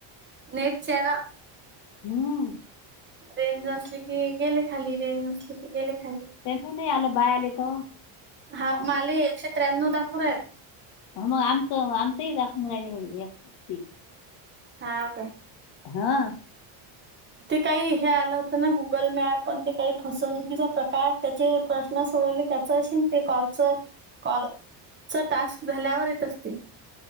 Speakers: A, on the right; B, on the left.
A: नेच्यानं
B: हम्.
A: रेंज नसली की गेले खाली रेंज नसली की गेले खाली.
B: टॅम्पू नाही आलं बाळ आले तर.
A: हा माले एकशे त्र्याण्णव दाखव राहील
B: मग आमचं आमचंही दाखवून राहिलं मा एक ती.
A: हा काय?
B: हा.
A: ते काही हे आलं होतं ना गुगल मॅप पण ते काही फसवणुकीचा प्रकार त्याचे प्रश्न सोडवले त्याचा अशीन ते कॉलचा कॉल च टास्क झाल्यावर येत असते.